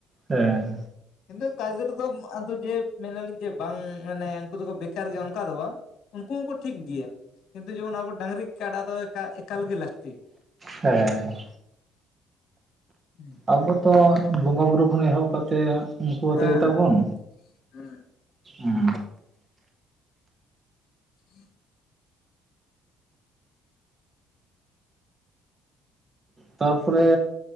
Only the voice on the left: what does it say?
<inaudible> ᱫᱮ ᱠᱟᱡᱽ ᱨᱮᱫᱚᱢ ᱟᱫᱚ ᱡᱮ ᱢᱮᱱᱟᱞᱤᱧ ᱡᱮ ᱵᱟᱝ ᱢᱟᱱᱮ ᱩᱱᱠᱩ ᱫᱚᱠᱚ ᱵᱮᱠᱟᱨ ᱜᱮᱭᱟ ᱚᱱᱠᱟ ᱫᱚ ᱵᱟᱝ! ᱩᱱᱠᱩ ᱦᱚᱸᱠᱚ ᱴᱷᱤᱠ ᱜᱮᱭᱟ ᱠᱤᱸᱛᱩ ᱡᱮᱢᱚᱱ ᱟᱵᱚ ᱰᱟᱺᱜᱽᱨᱤ ᱠᱟᱰᱟ ᱫᱚ ᱮᱠᱟ ᱮᱠᱟᱞ ᱜᱮ ᱞᱟᱹᱠᱛᱤ᱾
ᱦᱩᱸ
ᱦᱮᱸ
ᱦᱮᱸ ᱦᱩᱸ
<inaudible>